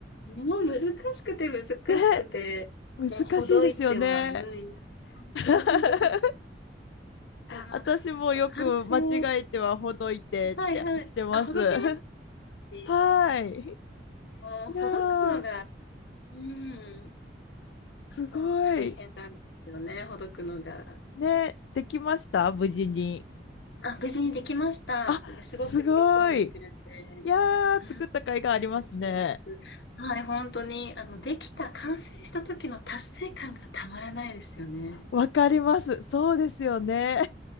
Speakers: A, on the left; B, on the left.
A: うもう難しくて難しくて、
B: ね、難しいですよね。
A: もうほどいては縫い、すごく難しく
B: <laughs>
A: て、も
B: 私もよく間違えてはほどいてってしてます。
A: う、完成、ね、はいはい。あ、ほどきます
B: <laughs>
A: し
B: はい。
A: もうほどくのが、
B: いやー、
A: うん、
B: すごい。
A: また大変なんですよね、ほどくのが。
B: ね、できました無事に。
A: あ、無事にできました。
B: あ、
A: で、すごく喜んでくれて、
B: すごい。
A: うん
B: いやー、作った甲斐がありますね。
A: よく来てます。はい、本当に、あの、できた、完成した時の達成感がたまらないですよね。
B: わかります。そうですよね。